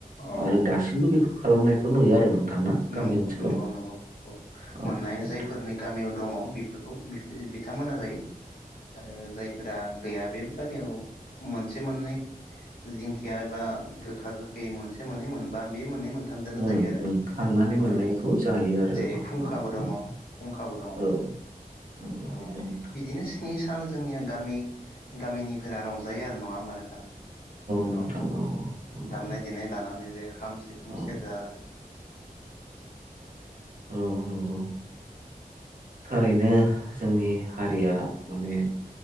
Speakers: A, on the left (about 75°); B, on the right (about 65°).
A: औ
B: आरो
A: औ
B: दासिमबो
A: नंगौ
B: बेखौ खालामनायखौ नुयो आरो नोंथां। ना गामि
A: नंगौ
B: ओनसोलाव
A: नंगौ नंगौ औ
B: औ
A: मोननाय
B: नोंथां
A: जायफोरनि गामियाव दङ' बिफोर खौ बि बिथांमोना जायो आरो जायफोरा गैया बे गामियाव मोनसे मोननै जिंखिया एबा गोखा गोखै मोनसे मोननै मोनबा बे मोननै मोन थामदोनो
B: उम
A: जायो आरो।
B: उम खांनानै
A: लोगो हदाय
B: मोननायखौ
A: माने
B: जायो आरो
A: जेरै
B: औ
A: फुंखाबो
B: नंगौ
A: दङ'
B: नंगौ
A: फुंखाबो दङ'
B: औ नंगौ
A: अ
B: नंगौ
A: बिदिनो स्नि सान जोंनि गामि गामिनिफोरा रंजायो आरो नङा होमबा नोंथां?
B: नोंथां
A: औ
B: नोंथां औ नंगौ
A: दामनाय देनाय लानानै जे खाम सिफुं
B: औ
A: सेरजा
B: औ नंगौ। थारैनो जोंनि हारिया माने